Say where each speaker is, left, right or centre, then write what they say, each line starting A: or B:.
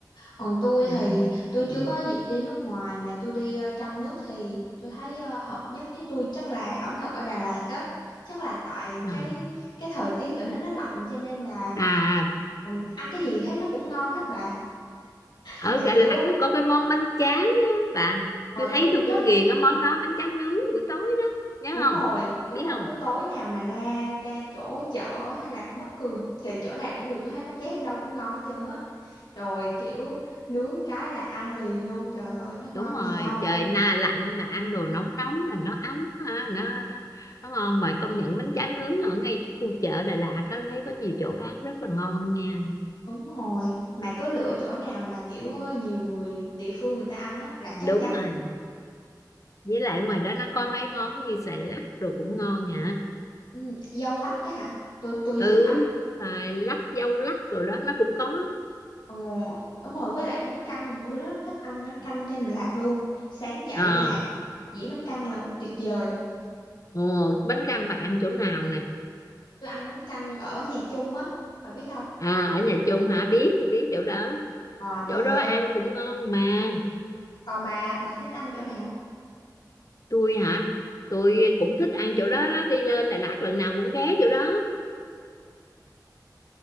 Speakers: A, on the left (about 80°); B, on the left (about 45°).
A: còn tôi
B: ừ.
A: thì tôi
B: ừ.
A: chưa có dịp đi nước ngoài mà tôi đi ờ, trong nước thì tôi thấy ờ, hợp nhất với tôi chắc là ẩm thực ở Đà Lạt á. Chắc là tại
B: ừ.
A: cái
B: à,
A: cái thời tiết ở nó nó lạnh cho nên là
B: à
A: Ừm, ăn cái gì thấy nó cũng ngon hết bà
B: ở
A: mà
B: Đà
A: kiểu
B: Lạt nó có cái món bánh tráng á bà
A: ờ,
B: tôi thấy
A: tôi cũng
B: tôi
A: thích
B: cũng ghiền cái món đó bánh tráng nướng buổi tối đó nhớ
A: đúng
B: không
A: rồi đúng
B: biết
A: rồi
B: không
A: cứ tối nào mà ra ra chỗ chợ hay là bất cứ kỳ chỗ nào cũng được tôi thấy bánh tráng ở đâu cũng ngon hết trơn á rồi kiểu nướng một cái là ăn liền luôn trời ơi nó ngon
B: đúng
A: gì
B: rồi
A: đâu
B: trời na lạnh mà ăn đồ nóng nóng là nó ấm ha nó nó nó ngon mà công nhận bánh tráng nướng ở ngay khu chợ Đà Lạt có thấy có nhiều chỗ bán rất là ngon nha
A: đúng rồi mà cứ lựa chỗ nào mà kiểu nhiều người địa phương người ta ăn á là
B: đúng
A: chắc chắn
B: rồi với lại ngoài đó nó có mấy món như xoài lắc rồi cũng ngon hả
A: ừ, dâu lắc chứ hả tôi tôi
B: ừ
A: thích ăn
B: xoài lắc dâu lắc rồi đó nó cũng có
A: Ồ, đúng rồi với lại bánh căn tôi rất thích ăn bánh canh trên Đà Lạt luôn sáng dậy
B: ờ
A: là dĩa bánh căn là tuyệt vời
B: ồ, bánh căn bà ăn chỗ nào nè
A: tôi ăn bánh căn ở nhà chung á bà biết không
B: à ở nhà chung hả biết tôi biết chỗ đó
A: ờ
B: chỗ
A: trời
B: đó
A: ơi
B: ăn cũng ngon mà
A: còn bà bà thích ăn chỗ nào
B: tôi hả tôi cũng thích ăn chỗ đó đó đi lên Đà Lạt lần nào cũng ghé chỗ đó